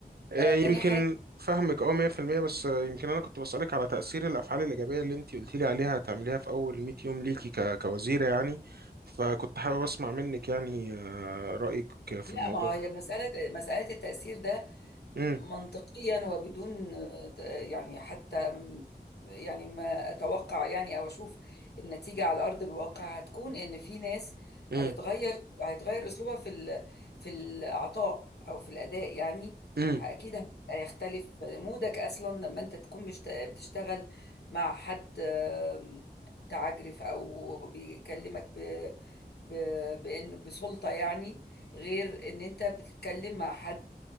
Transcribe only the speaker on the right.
آه،
يمكن
فهمك اه 100% بس آه، يمكن انا كنت بسألك على تأثير الافعال الايجابية اللي انت قلتي لي عليها هتعمليها في اول 100 يوم ليكي ك- كوزيرة يعني فكنت حابب اسمع منك يعني آه، رأيك في
الموضوع
ده
امم
امم
امم